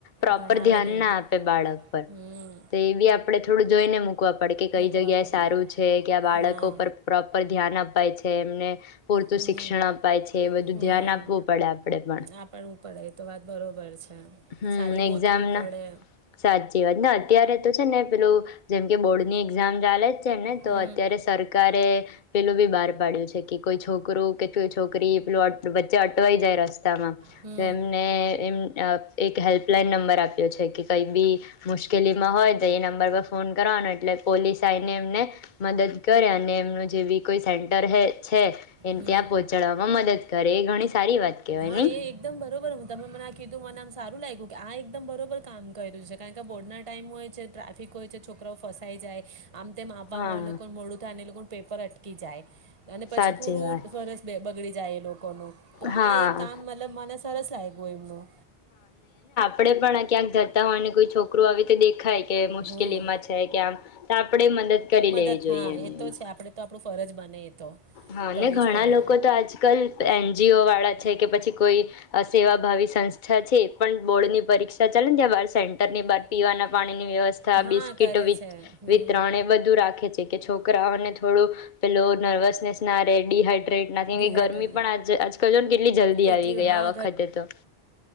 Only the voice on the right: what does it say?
ભણાવે
નહીં
હમ
મૂકવા
પડે
હા
હમ
હમ
આપડવું પડે એ તો વાત બરોબર છે
સારી
ગોતવી
પડે
હમ
હમ
હમ
હા
એ એકદમ બરોબર હું તમે મને આ કીધું મને આમ સારું આ એકદમ બરોબર કામ કર્યું છે કારણ કે બોર્ડના ટાઈમ હોય છે ટ્રાફિક હોય છે છોકરાઓ ફસાઈ જાય આમ તેમ આવામાં
એ લોકો મોડું થાય એ લોકો પેપર અટકી જાય અને પછી
<unintelligible>
બગડી જાય એ લોકો કોનુ તો
આ એક કામ મતલબ મને સરસ લાગ્યું એમનું
હમ
મદદ
હા
એ તો છે આપડે તો આપણું ફરજ બને એ તો
કરવી
જ પડે
ઠંડી
બાદ
પાણીની
હા
કરે
છે હમ
ત્રણે બધું રાખે છે કે છોકરાઓને
થોડુંક હા નર્વસનેસ ના રહે ડિહાઈડ્રેટ ડિહાઈડ્રેટ
કેટલી
ગરમી
હા